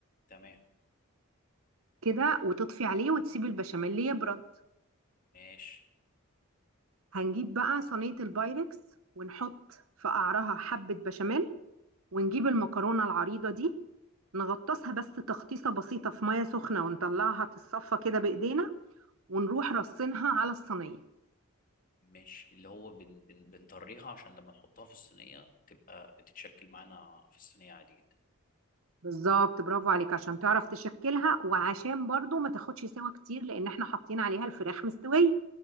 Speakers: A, on the left (about 40°); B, on the right (about 80°).
A: تمام
B: كده وتطفي عليه وتسيب البشاميل يبرد
A: ماشي
B: هنجيب بقى صينية البايركس ونحط في قعرها حبة بشاميل ونجيب المكرونة العريضة دي نغطسها بس تغطيسة بسيطة في مية سخنة ونطلعها تتصفى كده بإيدينا ونروح رصينها على الصينية
A: ماشي اللي هو بن بن بنطريها عشان لما نحطها في الصينية تبقى بتتشكل معانا في الصينية عادي جدا
B: بالظبط برافو عليك عشان تعرف تشكلها وعشان برضو ما تاخدش سوا كتير لان احنا حاطين عليها الفراخ مستوية